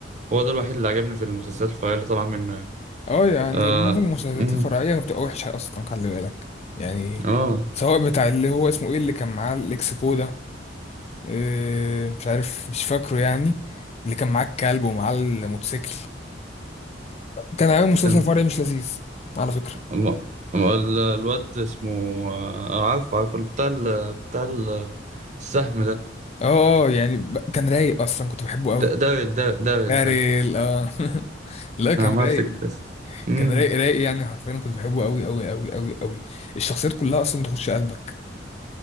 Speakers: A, on the right; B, on the left.
A: هو ده الوحيد اللي عجبني في المسلسلات الفرعية اللي طبعا منه يعني
B: اه يعني
A: اه
B: معظم المسلسلات
A: امم
B: الفرعية بتبقى وحشة أصلا خلي بالك يعني
A: اه
B: سواء بتاع اللي هو اسمه ايه اللي كان معاه الإكسبو ده إيه مش عارف مش فاكره يعني اللي كان معاه الكلب ومعاه الموتوسيكل كان عامل مسلسل
A: امم
B: فرعي مش لذيذ على فكرة
A: ما- ما ال- الواد اسمه آه، عارفه عارفه بتاع ال- بتاع ال- السهم ده
B: اه اه، يعني ب- كان رايق أصلا كنت بحبه أوي
A: د- داريل دا- داريل
B: داريل
A: داريل
B: اه <laughs> لا كان
A: انا ما
B: رايق
A: افتكر اسمه أمم،
B: كان رايق رايق يعني حرفيا كنت بحبه أوي أوي أوي أوي أوي الشخصيات كلها أصلا تخش قلبك